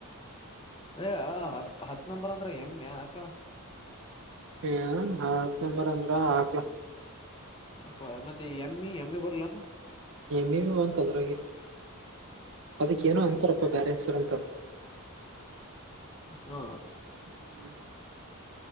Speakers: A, on the left; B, on the right.
A: ಹ ಹತ್ ನಂಬರ್ ಅಂದ್ರೆ ಹೆಮ್ಯಾ ಹಾಕ್ಳ
B: ಹಏ ಹತ್ನಂಬರ್ ಅಂದ್ರ ಹಾಕ್ಲ
A: ಹ ಕೊಡ ಮತ್ತೆ ಎಮ್ ಇ ಎಮ್ ಇ ಬರ್ಲಾನ
B: ನಿಮ್ಮಿ ಅಂತ ಅದ್ರಾಗ ಅದಕ್ಕ
A: ಯಪ್ಪೋ
B: ಏನೋ ಅಂತಾರಪ್ಪಾ
A: ಹೆಂಗ್ ತಿಂತರೋ
B: ಬೇರೆ ಹೆಸರು ಅಂತಾರ
A: ಹ್ಮ
B: ಹ್ಮ್.